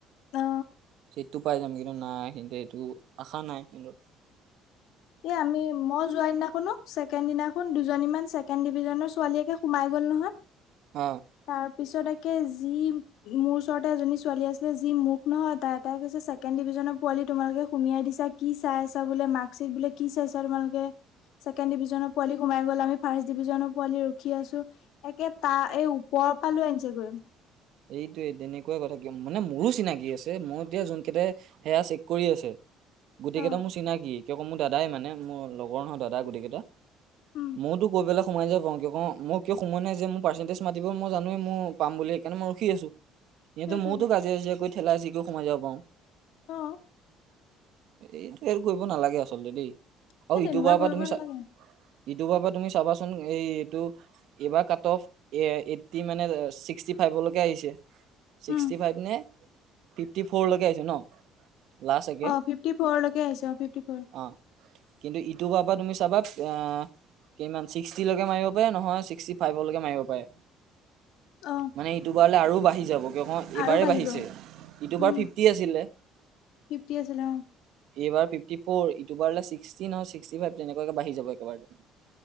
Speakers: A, on the left; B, on the right.
A: অ
B: টো পাই যাম কিন্তু নাই কিন্তু সেইটো আশা নাই কিন্তু।
A: এ আমি মই যোৱা দিনাখনো ছেকেণ্ড দিনা দুজনী ছেকেণ্ড ডিভিজনৰ ছোৱালী। য়ে সোমাই গ'ল নহয়
B: অ
A: তাৰ পিছতে। কে যি মোৰ ওচৰতে এজনী ছোৱালী আছিলে যি মোক নহয় তাই তাই কৈছে ছেকেণ্ড ডিভিজনৰ পোৱালি। তোমালোকে সুমিয়াই দিছা কি চাই আছা বোলে মাক। বোলে কি চাইছা তোমালোকে, ছেকেণ্ড ডিভিজনৰ পোৱালি সোমাই গল। আমি ফাৰ্ষ্ট ডিভিজনৰ পোৱালি ৰখি আছো, একে তাৰ এই ওপৰৰ পা লৈ আনিছেগৈ
B: এইটোৱে তেনেকুৱা কথা কিয়, মানে মোৰো চিনাকি আছে মই এতিয়া যোন কেটাই সেয়া চেক কৰি আছে। গোটেই কেইটা
A: অ
B: মোৰ চিনাকি কিয় ক মোৰ দাদাই মানে মোৰ লগৰ নহয় দাদা গোটেই কেইটা।
A: উম
B: ময়তো কৈ পেলা সোমাই যা পাওঁ কিয় ক মই কিয় সোমাই নাই যে মোৰ পাৰ্চেন্টেজ মাতি মই জানোৱেই মই পাম বুলি সেইকাৰনে মই ৰখি আছো। সিহঁতে
A: সেইটোৱে
B: মোওতো কাজিয়া চাজিয়া কৰি ঠেলা হেচি কৰি সোমাই যাব পাও।
A: অ'।
B: এইটো হেল্প কৰিব নালাগে আচলতে দেই
A: সেই
B: আৰু
A: তেনেকুৱা
B: ইটো বাৰৰ
A: কৰিব
B: পৰা তুমি
A: নালাগে
B: চা ইটো বাৰৰ পৰা তুমি চাবাচোন এই এইটো এইবাৰ কাট অফ এ - এইটটি মানে চিক্সটি ফাইভলৈকে আহিছে ছিক্সটি
A: উম
B: ফাইভ নে ফিফটি ফ'ৰলৈকে আহিছে ন? লাষ্ট একে
A: অ ফিফটি ফ'ৰলৈকে আহিছো অ ফিফটি ফ'ৰ।
B: অ' কিন্তু ইটো বাৰৰ পৰা তুমি চাবা আ কিমান ছিক্সটিলৈকে মাৰিব পাৰে নহয় ছিক্সটি ফাইভলৈকে মাৰিব পাৰে।
A: অ'।
B: মানে ইটোবাৰলে আৰু বাঢ়ি যাব। এইবাৰে
A: আৰু বাঢ়িব
B: বাঢ়িছে ইটোবাৰ
A: উম
B: ফিফটি আছিলে।
A: ফিফটি আছিলে অ
B: এইবাৰ ফিফটি ফৰ ইটোবাৰলে চি ছিক্সটি নহয় ছিক্সটি ফাইভ তেনেকুৱাকে বাঢ়ি যাব একেবাৰে।